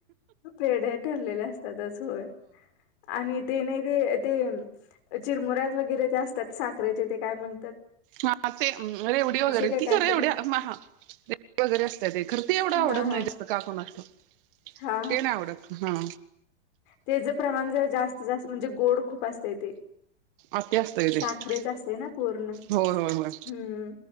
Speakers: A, on the left; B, on the right.
A: पेढे ठरलेले असतातच होय. आणि ते नाही ते ते चिरमुऱ्यात वगैरे ते असतात साखरेचे ते काय म्हण
B: हा ते रेवडी वगैरे,
A: काय
B: ती
A: कायतरी
B: का रेवड्या म हा टेप वगैर असतते ते खर ती एवढं
A: हा
B: आवडत
A: हा
B: नाही जास्त. का कुणास ठाऊक
A: हा
B: ते नाही आवडत हा.
A: त्येच प्रमाण जरा जास्त जास्त म्हणजे गोड खूप असत ते.
B: आत्या असतंय ते
A: साखरेच असते ना, पूर्ण हम्म.
B: होय होय होय